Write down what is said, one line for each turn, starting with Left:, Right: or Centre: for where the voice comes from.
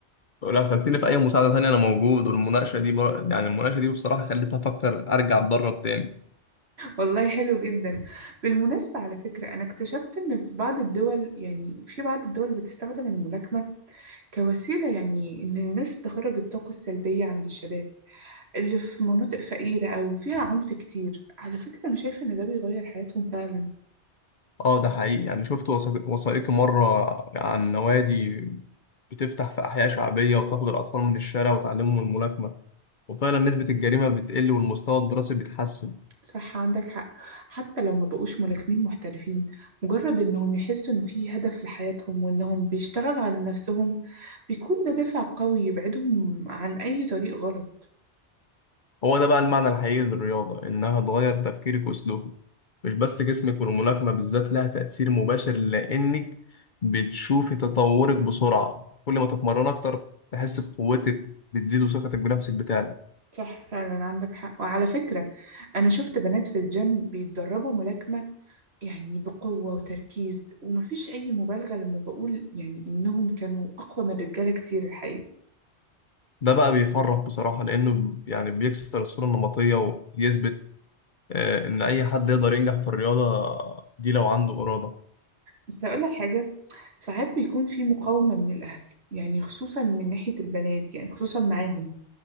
Left: ولو احتجتني في أي مساعدة تانية أنا موجود والمناقشة دي بر... يعني المناقشة دي بصراحة خلتني أفكر أرجع أتدرب تاني
Right: والله حلو جدا بالمناسبة على فكرة أنا اكتشفت إن في بعض الدول يعني في بعض الدول بتستخدم الملاكمة كوسيلة يعني إن الناس تخرج الطاقة السلبية عند الشباب اللي في مناطق فقيرة أو فيها عنف كتير على فكرة أنا شايفة إن ده بيغير حياتهم فعلا
Left: اه ده حقيقي يعني شفت وثائق- وثائقي مرة عن نوادي بتفتح في أحياء شعبية وبتاخد الأطفال من الشارع وتعلمهم الملاكمة وفعلا نسبة الجريمة بتقل والمستوى الدراسي بيتحسن
Right: صح عندك حق حتى لو ما بقوش ملاكمين محترفين مجرد إنهم يحسوا إن في هدف لحياتهم وإنهم بيشتغلوا على نفسهم بيكون ده دافع قوي يبعدهم عن أي طريق غلط
Left: هو ده بقى المعنى الحقيقي للرياضة إنها تغير تفكيرك وسلوكك مش بس جسمك والملاكمة بالذات لها تأثير مباشر لأنك بتشوفي تطورك بسرعة كل ما تتمرن أكتر تحس بقوتك بتزيد وثقتك بنفسك بتعلى
Right: صح فعلا عندك حق وعلى فكرة أنا شفت بنات في الجيم بيتدربوا ملاكمة يعني بقوة وتركيز ومفيش أي مبالغة لما بقول يعني إنهم كانوا أقوى من الرجالة كتير الحقيقة
Left: ده بقى بيفرح بصراحة لأنه يعني بيكسر الصورة النمطية ويثبت آه، إن أي حد يقدر ينجح في الرياضة دي لو عنده إرادة
Right: بس هقول لك حاجة ساعات بيكون في مقاومة من الأهل يعني خصوصا من ناحية البنات يعني خصوصا معاهم